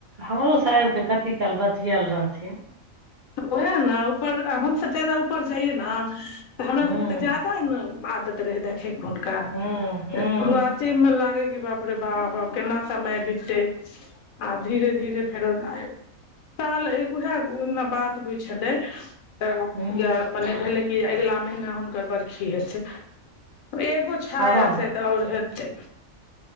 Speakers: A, on the right; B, on the left.
A: हमरो सँ आइब कऽ कती काल बतियैल रहथिन
B: ओहै नऽ ऊपर आ हमसब जादा ऊपर जाइयै नऽ तऽ हमरा
A: हूँ
B: सब केँ तऽ जादा नऽ आदत रहै देखै कऽ हुनका
A: हूँ हूँ
B: शुरुआती मऽ लागै कि बाप रै बाप आब केना समय बिततै आब धीरे धीरे फेरो आए साल उहै ओय दिना बात बतबै छलै तऽ
A: हूँ
B: या माने भेलै अगिला महीना हुनकर बर्खी हेतै एगो छाया
A: सावन
B: साइद आओर होेतै